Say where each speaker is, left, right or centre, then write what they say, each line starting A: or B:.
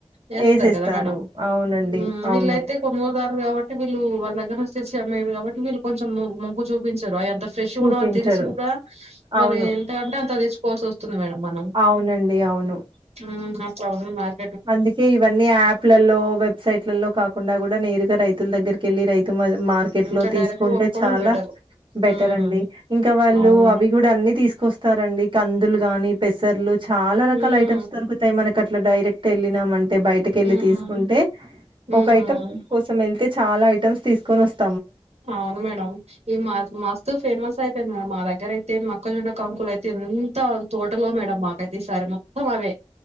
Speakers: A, on the right; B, on the right.
A: వేస్తారు
B: ఏసేస్తారు.
A: కదా మేడం
B: అవునండి.
A: హ్ వీలైతే.
B: అవును.
A: కాబట్టి వీళ్ళ వాళ్ళ దగ్గర నుంచి తెచ్చి అమ్మేవి కాబట్టి వీళ్ళు కొంచం ము ముగ్గు చూపించారు ఆయ. అంత ఫ్రెష్గా
B: చూపించరు.
A: ఉండవని తెలిసి గుడా మ
B: అవును.
A: ఎంతంటే అంత తీచ్చుకోవాల్సి వస్తుం. మేడం మనం
B: అవునండి. అవును.
A: హ్ చ <inaudible>
B: అందుకే ఇవన్నీ యాప్లలో వెబ్సైట్లలో కాకుండా గుడా నేరుగా రైతు దగ్గరికెళ్లి రైతు మ మార్కెట్లో
A: ఇంకా
B: తీసుకుంటే
A: డైరెక్ట్ కొనుక్కోవడం
B: చాలా
A: బెటర్
B: బెటర్
A: మ్మ్
B: అండి ఇంకా వాళ్ళు
A: అవును మేడం
B: అవి గూడా అన్ని తీసుకొస్తారండి కందులు గాని పెస పేసర్లు చాలా రకాల
A: మ్మ్
B: ఐటమ్స్ దొరుకుతాయి మనక్ అట్ల డైరెట్ తెల్లినామం బయటకి ఎళ్ళి
A: మ్మ్
B: తీసుకుంటే
A: మ్మ్
B: ఒక ఐటమ్ కోసం యెల్తే చాలా ఐటమ్స్ తీసుకొని వస్త
A: అవును మేడం ఈ మా మాస ఎ ఫేమస్ అయిపోయింది మేడం మా దగ్గర అయితే మక్కజొన్న కాంకులు అయితే ఎంత తోటలో మేడం మాకైతే ఈసారి మొత్తం అవే